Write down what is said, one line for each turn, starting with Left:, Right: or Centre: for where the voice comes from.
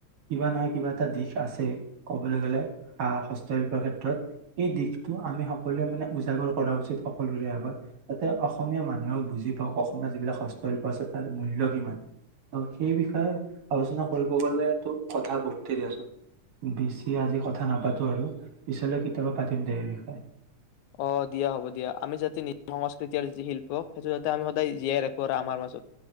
Right: কিবা নহয় কিবা এটা দিশ আছে, কবলৈ গলে। আহ! হস্তশিল্পৰ ক্ষেত্ৰত এই দিশটো আমি সকলোৱে মানে উজাগৰ কৰা উচিত, সকলোৰে আগত। যাতে অসমীয়া মানুহেও বুজি পাওঁক অসমীয়া যিবিলাক হস্তশিল্প আছে, তাৰ মূল্য কিমান। ত' সেই বিষয়ে আলোচনা কৰিব গ'লেতো কথা বহুত দেৰি আছে, বেছি আজি কথা নাপাতোঁ আৰু! পিছলৈ কেতিয়াবা পাতিম দে সেই বিষয়ে।
Left: অ', দিয়া হ'ব দিয়া। আমি যাতে নিজ সংস্কৃতি আৰু যি শিল্প, সেইটো যাতে আমি সদায় জীয়াই ৰাখো আৰু আমাৰ মাজত।